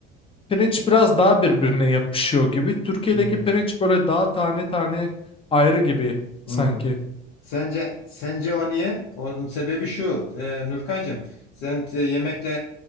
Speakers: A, on the left (about 20°); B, on the left (about 75°).
A: Pirinç biraz daha birbirine yapışıyor gibi. Türkiye'deki
B: Hmm,
A: pirinç böyle daha tane tane ayrı gibi
B: hmm.
A: sanki.
B: Sence sence o niye? Onun sebebi şu. E, Nurkacığım, sen e, yemekle